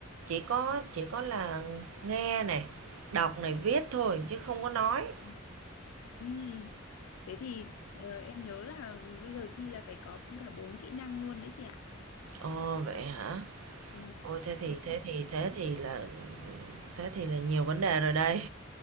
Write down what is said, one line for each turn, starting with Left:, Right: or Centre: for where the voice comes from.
Right: Chỉ có chỉ có là nghe này, đọc này, viết thôi chứ không có nói.
Left: à. Ừm. Thế thì ờ, em nhớ là bây giờ thi là phải có cả bốn kỹ năng luôn đấy chị ạ.
Right: Ồ, vậy hả?
Left: Ừ.
Right: Ôi, thế
Left: Đấy,
Right: thì thế
Left: em-
Right: thì thế thì là thế thì là nhiều vấn đề rồi đây.